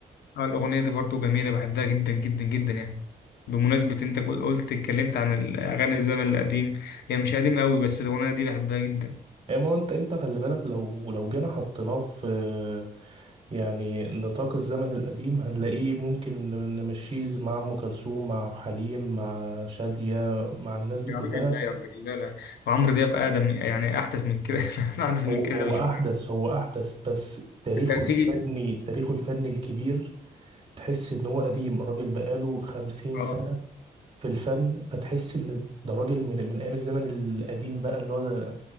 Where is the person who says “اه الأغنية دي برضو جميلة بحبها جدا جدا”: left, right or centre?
Left